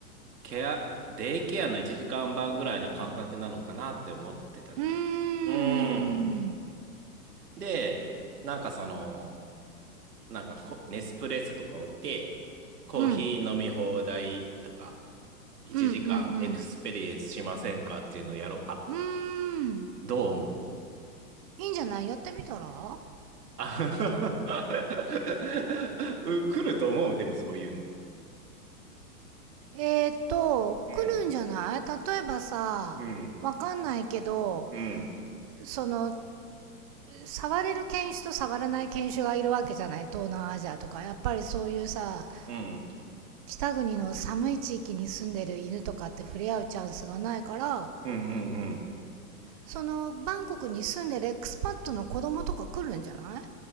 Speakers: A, on the right (about 85°); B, on the right (about 25°).
A: ケア、デイケアの1時間半ぐらいな感覚なのかなって思ってたの。
B: うーん。
A: うん。で、なんかその、なんかこネスプレッソとか置いて、コーヒー飲み放題とか、
B: うん。
A: 1時間エクスペリエンスしませんかっていうのをやろう。
B: うんうん
A: あ、
B: うん。うーん。
A: どう思う
B: いいんじゃないやってみたら
A: あ <laughs> うん来ると思う、でもそういうの。
B: えーっと、
A: うん、
B: 来るんじゃない例えばさ、
A: うん、
B: わかんないけど、
A: うん、
B: その、触れる犬種と触らない犬種がいるわけじゃない東南アジアとかやっぱりそういうさ
A: うん、う
B: 北国の寒い地域に住んでる犬とかって触れ合うチャンスがないから
A: ん、うん、うん。
B: そのバンコクに住んでるエクスパットの子供とか来るんじゃない